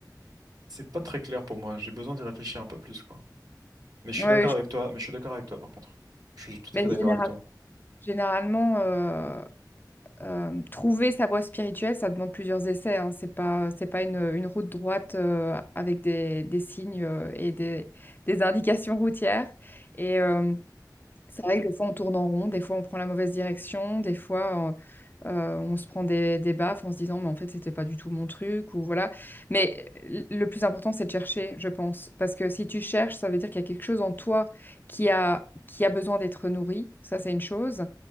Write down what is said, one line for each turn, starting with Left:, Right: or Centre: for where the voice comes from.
Right: c'est pas très clair pour moi. J'ai besoin d'y réfléchir un peu plus, quoi. Mais je
Left: mhm.
Right: suis
Left: Ouais,
Right: d'accord
Left: je-
Right: avec toi, mais je suis d'accord avec toi par contre. Je suis tout
Left: mais
Right: à fait
Left: général-
Right: d'accord avec toi.
Left: généralement, euh, euh, trouver sa voie spirituelle, ça demande plusieurs essais. hein. C'est pas, c'est pas une, une route droite euh, avec des, des signes euh, et des, des indications routières. Et, euh, C'est vrai que des fois on tourne en rond, des fois on prend la mauvaise direction, des fois euh, euh, on se prend des, des baffes en se disant mais en fait c'était pas du tout mon truc ou voilà. Mais l- le plus important c'est de chercher, je pense, parce que si tu cherches, ça veut dire qu'il y a quelque chose en toi qui a, qui a besoin d'être nourri, ça c'est une chose,